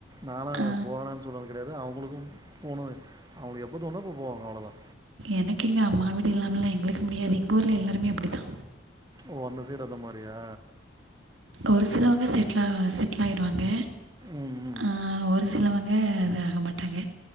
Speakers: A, on the right (about 20°); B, on the right (about 80°).
A: நானு
B: ஆ
A: ஏன் போறன் சொல்றது கெடையாது அவுங்களுக்கு போணு அவுங்ளுக்கு எப்போ தோணுதோ அப்ப போவாங்க அவ்ளோதா
B: எனக்கு இங்க அம்மா வீடு இல்லாமலா எங்குளுக்கு முடியாது எங்க ஊர்ல எல்லாருமே அப்டி தா
A: ஓ அந்த சைடு அந்த மாரியா
B: ஒரு சிலவங்க செட்லா செட்டில் ஆயிருவாங்க
A: ம் ம்
B: ஆ ஒரு சிலவங்க அது ஆக மாட்டாங்க